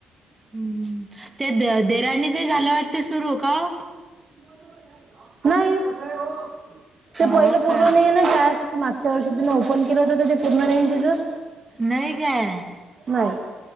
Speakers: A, on the right; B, on the right.
A: हम् ते देरानी च झालं वाटत सुरू काव
B: <unintelligible> नाही <unintelligible> भाऊ ते
A: हो
B: पहिलं पूर्ण
A: का
B: नाहीे ना टास्क मागच्या वर्षी तिन ओपन केलं होत तर ते पूर्ण नाही तिचं
A: नाही काय
B: होवे.